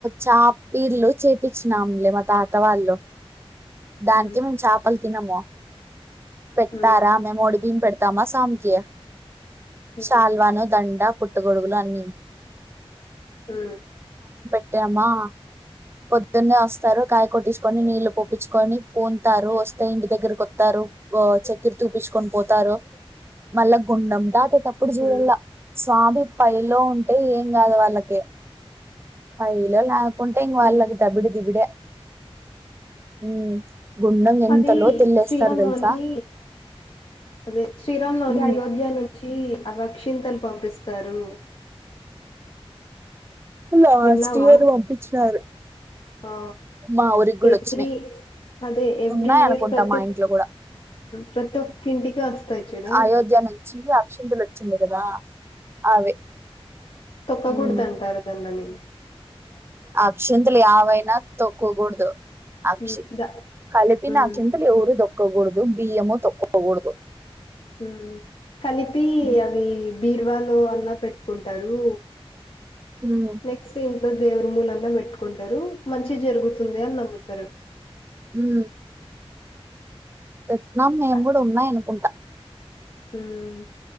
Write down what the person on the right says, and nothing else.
చా పీర్లు చేపచ్చినాంలే మా తాత వాళ్ళు దానికి
మేము చేపలు తినము పెట్టారా
మేము ఒడి బీయ తామా సాంకి
షాల్వాను దండ పుట్టగొడుగులు అన్నీ
టామా పొద్దున్నే వస్తారు కాయ కొట్టించుకొని నీళ్లు పోపిచ్చుకొని పుంతారు వస్తే ఇంటి దగ్గరకొస్తారు చక్కెర తూపించుకొని పోతారు మళ్ళా గుండెం దాటి అప్పుడు చూడల్లా
స్వామి పైలో ఉంటే ఏం కాదు వాళ్ళకి పైలో కుంటే ఇంకా
వాళ్ళకి దబిడి దిబిడే ఉమ్ గుండం ఎంత
లోతు ఎళ్ళేస్తారు
తెలుసా
ఉమ్
లాస్ట్
ఇయర్ పంపించినారు
మా ఊరికి కూడా
వచ్చినాయి
ఉన్నాయి
అనుకుంటా
మా ఇంట్లో కూడా
అయోధ్య నుంచి అక్షింతలు వచ్చింది కదా అవే
ఉమ్
అక్షింతలు యావైనా తొక్కకూడదు అక్షి
కలిపిన
అక్షింతలు ఎవరు తొక్కకూడదు వద్దు బియ్యము తొక్కకూడదు
ఉమ్
ఉమ్
ఉమ్ పెట్నాం మేము
కూడా ఉన్నాయి అనుకుంటా